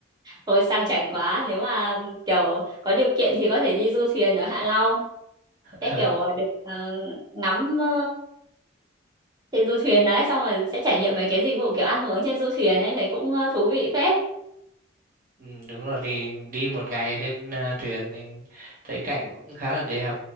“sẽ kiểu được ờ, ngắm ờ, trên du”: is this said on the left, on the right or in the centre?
Right